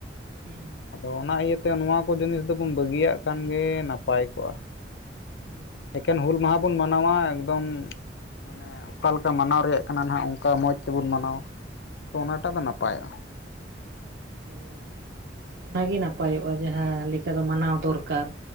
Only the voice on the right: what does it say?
ᱦᱩᱸ
ᱦᱩᱸ ᱦᱩᱸ
ᱦᱚᱭ ᱚᱱᱟ ᱜᱮ ᱱᱟᱯᱟᱭᱚᱜᱼᱟ ᱡᱟᱦᱟᱸ ᱞᱮᱠᱟ ᱫᱚ ᱢᱟᱱᱟᱣ ᱫᱚᱨᱠᱟᱨ